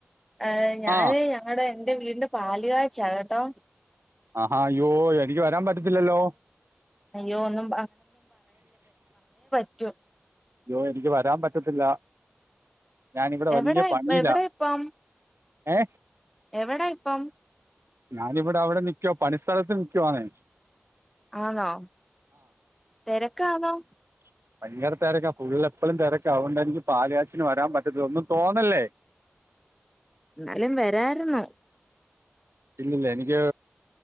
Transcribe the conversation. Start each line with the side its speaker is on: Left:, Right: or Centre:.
Centre: ഏ ഞാന്
Right: ആ
Centre: ഞങ്ങളടെ എൻറെ വീടിന്റെ പാല് കാച്ചാകട്ടോ
Right: ആഹാ അയോ എനിക്ക് വരാൻ പറ്റത്തില്ലല്ലോ
Centre: അയ്യോ ഒന്നും ച
Right: അയ്യോ എനിക്ക് വരാൻ പറ്റത്തില്ല ഞാനിവിടെ
Centre: എവിടാ
Right: വലിയ പണിയിലാ
Centre: എവിടാ ഇപ്പം
Right: ഏ
Centre: എവിടാ ഇപ്പം
Right: ഞാനിവിടെ അവിടെ നിക്കുവോ പണിസ്ഥലത്ത്ൽ നിക്കക്കോവാന്ന
Centre: ആണോ തിരക്കാണോ
Right: ഭയങ്കര തിരക്കാ ഫുള്ളള് എപ്പോഴും തിരക്ക അതൊണ്ട് എനിക്ക് പാല്യാാച്ചിന് വരാൻ പറ്റത്തി ഒന്നും തോന്നല്ലേ
Centre: എന്നാലും വരരുന്നു
Right: ഇല്ലല്ല എനിക്ക്